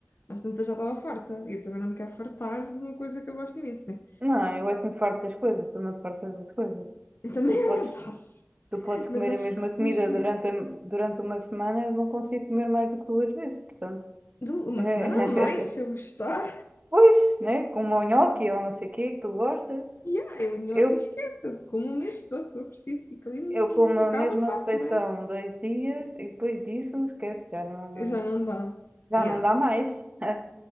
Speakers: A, on the left (about 65°); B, on the right (about 35°).
A: Às tantas já estava farta. Eu também não me quero fartar de uma coisa que eu gosto imenso, né?
B: Não, eu é que me farto das coisas, tu não te fartas das coisas.
A: Também
B: Tu
A: é
B: podes,
A: verdade.
B: tu podes comer
A: Mas acho
B: a mesma
A: que sushi
B: comida durante, a- durante uma semana, eu não consigo comer mais do que duas vezes. Portanto.
A: dou uma
B: Eh,
A: semana a mais se
B: <laughs>
A: eu gostar.
B: Pois, né? Como o nhoque ou não sei o quê que tu gostas.
A: E ah, eu nhoque
B: Eu,
A: esqueço, eu como o mês todo, se eu preciso, fico ali, hum,
B: eu como a
A: acaba,
B: mesma
A: faço
B: refeição
A: mais.
B: dois dias e depois disso, esquece, já não,
A: Já não dá.
B: já
A: Yeah,
B: não dá mais. <laughs>